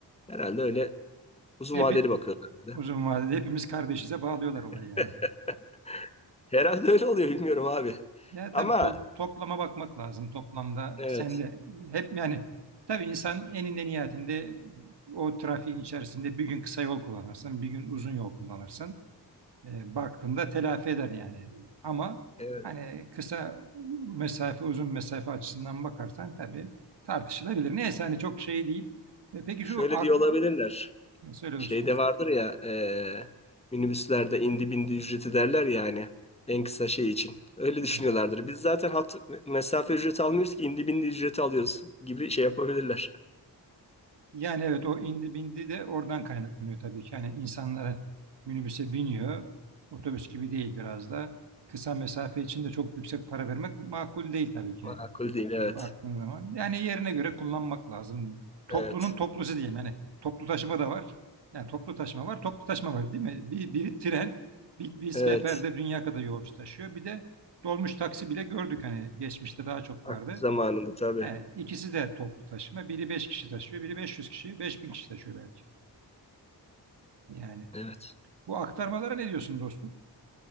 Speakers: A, on the left; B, on the right.
A: Herhalde öyle uzun
B: Epi
A: vadeli bakıyorlar bir de.
B: uzun vadede hepimiz kardeşize bağlıyorlar olayı
A: <laughs>
B: yani.
A: Herhalde öyle oluyor bilmiyorum abi.
B: Ya tabii
A: Ama
B: to- toplama bakmak lazım toplamda.
A: evet,
B: Sen de hep yani tabii insan eninde niyetinde o trafiğin içerisinde bir gün kısa yol kullanırsın, bir gün uzun yol kullanırsın. E, baktığında telafi eder yani. Ama
A: evet.
B: hani kısa mesafe, uzun mesafe açısından bakarsan tabii tartışılabilir. Neyse hani çok şey değil. E, peki
A: Şöyle
B: şu ak
A: diye olabilirler.
B: söyle
A: Şeyde
B: dostum.
A: vardır ya eee, minibüslerde indi bindi ücreti derler ya hani en kısa şey için. Öyle düşünüyorlardır.
B: Evet.
A: Biz zaten hat mesafe ücreti almıyoruz ki indi bindi ücreti alıyoruz gibi şey yapabilirler.
B: Yani evet o indi bindi de oradan kaynaklanıyor tabii ki. Yani insanlara minibüse biniyor. Otobüs gibi değil biraz da. Kısa mesafe için de çok yüksek para vermek makul değil tabii ki
A: Makul değil evet.
B: baktığın zaman. Yani yerine göre kullanmak lazım. Toplunun
A: Evet.
B: toplusu diyeyim. Yani toplu taşıma da var. Yani toplu taşıma var, toplu taşıma var değil mi? Bir, biri tren, bir, bir seferde
A: Evet.
B: dünya kadar yolcu taşıyor. Bir de dolmuş taksi bile gördük hani geçmişte daha çok
A: Ak-
B: vardı.
A: Zamanında tabii.
B: He, ikisi de toplu taşıma. Biri 5 kişi taşıyor, biri 500 kişi, 5000 kişi taşıyor belki. Yani
A: Evet.
B: bu aktarmalara ne diyorsun dostum?